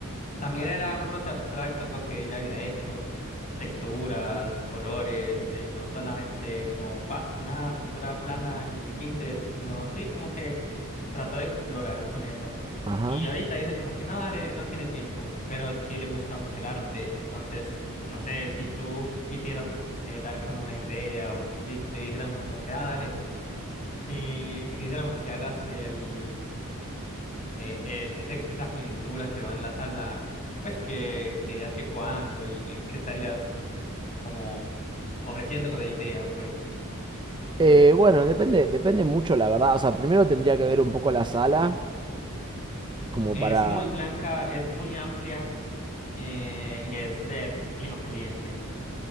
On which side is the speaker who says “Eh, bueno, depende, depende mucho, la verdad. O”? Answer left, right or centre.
Right